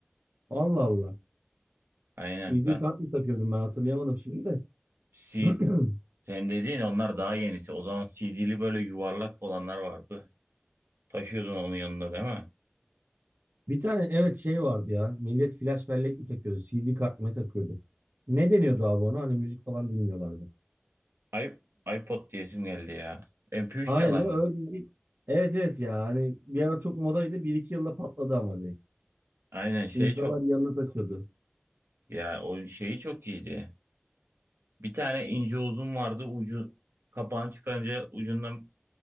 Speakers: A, on the right; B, on the right.
A: Allah Allah.
B: Aynen.
A: CD
B: Ben
A: kart mı takıyordum ben hatırlayamadım şimdi de.
B: C
A: <clears throat>
B: sen dediğin onlar daha yenisi. O zaman CD'li böyle yuvarlak olanlar vardı. Taşıyordun onun yanında değil mi?
A: Bir tane evet şey vardı ya. Millet flash bellek mi takıyordu? CD kart mı takıyordu? Ne deniyordu abi ona? Hani müzik falan dinliyorlardı.
B: I iPod diyesim geldi ya. MP3
A: Aynen
B: çalar
A: değil
B: mı?
A: mi? Öyle bir- Evet evet ya. Hani bir ara çok modaydı. Bir iki yılda patladı ama direkt.
B: Aynen şey
A: İnsanlar
B: çok
A: yanına takıyordu.
B: ya o şeyi çok iyiydi. Bir tane ince uzun vardı. Ucu kapağını çıkarınca ucundan